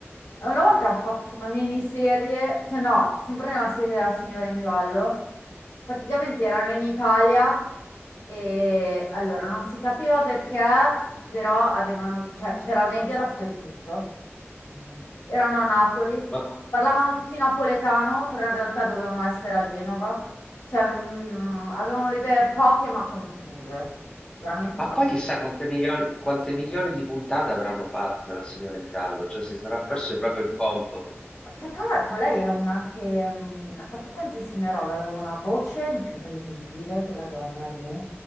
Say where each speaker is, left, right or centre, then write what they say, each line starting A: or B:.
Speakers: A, on the left; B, on the left.
A: E Una volta hanno fatto una miniserie, cioè no, sempre nella serie della signora in giallo. Praticamente erano in Italia e allora non si capiva perché però avevano, cioè, c'era nebbia dappertutto. Non- Erano a Napoli,
B: Ma,
A: parlavano tutti napoletano, però in realtà dovevano essere a Genova. Cioè, non- avevano le idee poche ma confuse, veramente
B: Ma
A: tanto.
B: poi chissà quante milioni, quante milioni di puntate avranno fatto della Signora in Giallo, cioè si sarà perso proprio il conto.
A: Che tra l'altro lei è una che mm, ha fatto tantissime robe, aveva una voce incredibile, quella donna lì.